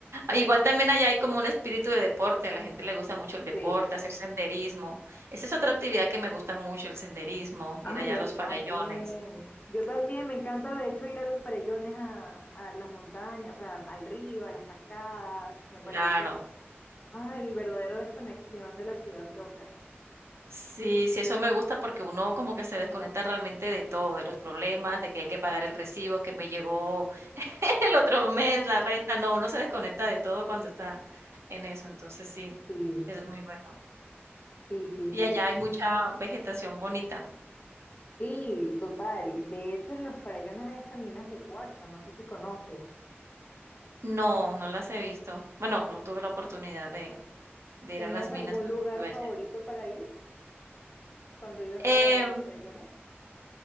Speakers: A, on the right; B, on the left.
A: Igual también allá hay como un espíritu de deporte, a la gente le gusta mucho el deporte,
B: Sí.
A: hacer senderismo. Esa es otra actividad que me gusta mucho, el senderismo,
B: Ay,
A: ir allá
B: a
A: a los
B: mí
A: farallones.
B: también. Yo también, me encanta de hecho ir a los farellones, a, a las montañas, o sea, al río, a las cascadas. Me parece,
A: Claro.
B: ay, el verdadero desconexión de la ciudad loca.
A: Sí, sí, eso me gusta porque uno como que se desconecta realmente de todo, de los problemas, de que hay que pagar el recibo que me llegó <laughs> el otro mes, la renta. No, uno se desconecta de todo cuando está en eso. Entonces sí,
B: Sí,
A: es muy bueno.
B: sí, sí,
A: Y
B: sí,
A: allá
B: tiene-
A: hay mucha vegetación bonita.
B: sí, total. De hecho, en los farellones hay hasta minas de cuarzo, no sé si conoces.
A: No, no las he visto. Bueno, no tuve la oportunidad de De ir
B: ¿Tenías
A: a las minas
B: algún
A: cuando
B: lugar
A: estuve allá.
B: favorito para ir cuando ibas
A: Em,
B: para los farellones?